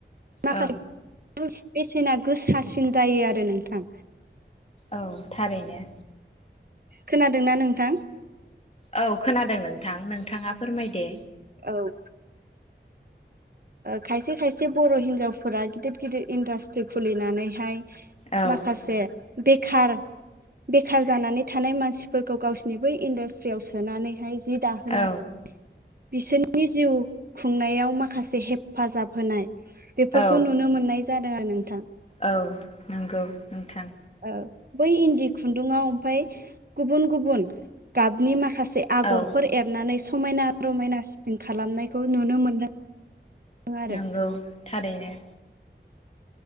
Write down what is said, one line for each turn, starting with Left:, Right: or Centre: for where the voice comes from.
Right: माखासे
Left: ओं
Right: बेसेना गोसासिन जायो आरो नोंथां
Left: औ थारैनो
Right: खोनादोंना नोंथां?
Left: औ खोनादों नोंथां नोंथाङा फोरमायदे
Right: औ खायसे खायसे बर हिनजावफोरा गिदिर गिदिर इन्डास्ट्रि खुलिनानैहाय
Left: औ
Right: माखासे बेखार बेखार जानानै थानाय मानसिफोरखौ गावसोरनि बै इन्डास्ट्रियाव सोनानै हाय जि दाहोनाय
Left: औ
Right: बिसोरनि जिउ खुंनायाव माखासे हेफाजाब होनाय बेफोरखौ
Left: औ
Right: नुनो मोननाय जादों आरो नोंथां।
Left: औ नोंगौ नोंथां।
Right: ओ बै इन्दि खुन्दुङाव ओमफाय गुबुन गुबुन गाब निमा माखासे आगरफोर
Left: औ
Right: एरनानै समायना रमायना जों खालामनायखौ नुनो मोनदों। आरो
Left: नंगौ थारैनो।